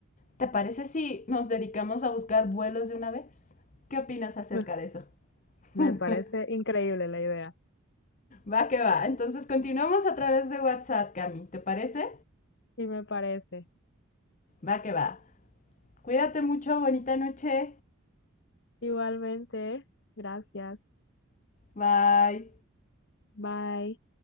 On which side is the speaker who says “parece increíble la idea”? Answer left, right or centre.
Left